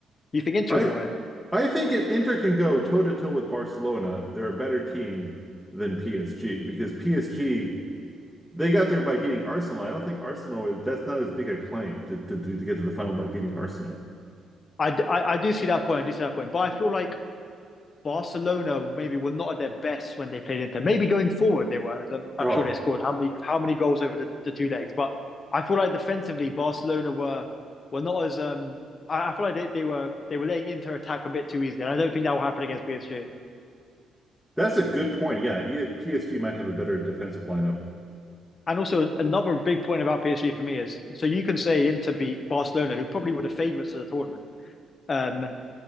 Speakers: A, on the left; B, in the centre.
A: You think Inter
B: I
A: are going to win it?
B: I think if Inter can go toe to toe with Barcelona, they're a better team than PSG because PSG they got there by beating Arsenal. I don't think Arsenal is that's not as big a claim to to, to get to the final by beating Arsenal.
A: I, d- I- I do see that point. I do see that point. But I feel like Barcelona maybe were not at their best when they played Inter. Maybe going forward they were, as I'm, I'm
B: Oh,
A: sure they scored how many how many goals over the, the two legs. But I feel like defensively Barcelona were were not as um. I, I feel like they, they were they were letting Inter attack a bit too easily. And I don't think that will happen against PSG.
B: that's a good point. Yeah, yeah, PSG might have a better defensive lineup.
A: And also another big point about PSG for me is so you can say Inter beat Barcelona, who probably were the favourites of the tournament. Um,